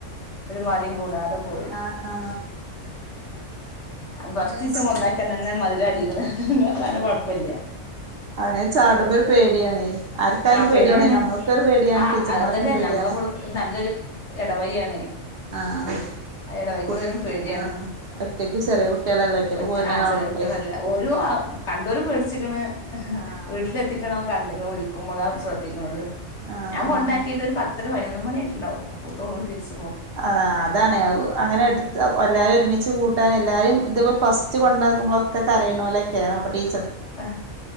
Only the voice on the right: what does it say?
ആഹ് ആഹ്
ആഹ്
അങ്ങനെ ചാടുമ്പോ ഒരു പേടിയാണേ ആർക്കായാലും
പേടിയാണ് നമ്മൾക്കൊരു പേടിയാണ്
ടീച്ചർമാർക്കും
പേടിയാണ്
ആഹ്
കുട്ട
ആഹ് ഒറ്റക്ക്
ചെറിയ കുട്ടികളല്ലേ ഒറ്റക്ക്
പോരുന്ന
കാണുമ്പളേ
ആഹ്
ആഹ്
ആഹ്
ആഹ അതാാണ്േ അങ്ങനെ എടുത്ത് എല്ലാരും ഒരുമിച്ച് കൂട്ട എല്ലാരും ഇത് ഫസ്റ്റ് കൊണ്ടാക്കുമ്പോളൊഒക്കെകരയിനോലേക്കാരം അപ്പ ടീ